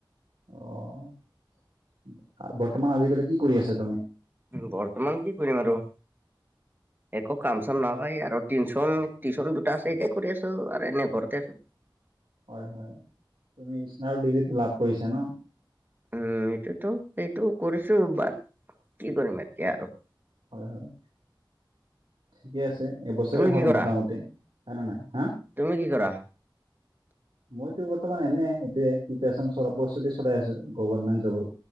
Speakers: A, on the right; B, on the right.
A: অ বৰ্তমান আজিকালি কি কৰি আছে?
B: বৰ্তমান কি কৰিম আৰু
A: <inaudible>
B: একো কাম চাম নাপায় আৰু টিউশচন টিউশচন দুটা আছে এটাই কৰি আছো আৰু এনে ঘৰতে আছো।
A: হয় হয় তুমি স্নাতক ডিগ্ৰী লাভ কৰিছা ন?
B: উম সেইটোতো এইটো কৰিছো বাট কি কৰিম এতিয়া আৰু।
A: হয় হয়। ঠিকে আছে এবছৰে
B: তুমি কি
A: হ'ল
B: কৰা
A: মোটামুটি হয়ে ন নাই হা?
B: তুমি কি কৰা?
A: মইতো বৰ্তমান এনে এইটোয়ে প্ৰিপেচন চলাই আছো গভমেন্ট জবৰ